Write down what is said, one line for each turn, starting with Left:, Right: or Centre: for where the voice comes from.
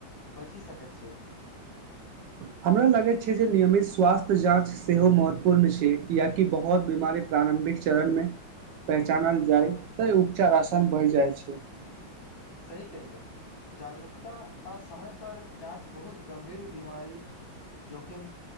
Left: बचि सकैत छै
Right: <inaudible> हमरा लगैत छै जे नियमित स्वास्थ्य जाँच सेहो महत्वपूर्ण छै कियाकि बहुत बीमारी प्रारम्भिक चरण मे पहचानल जाइ तऽ उपचार आसान भय जाइ छै
Left: सही कहि ले जागरूकता आ समय पर जाँच बहुत गं्भीर बीमारी जोखिम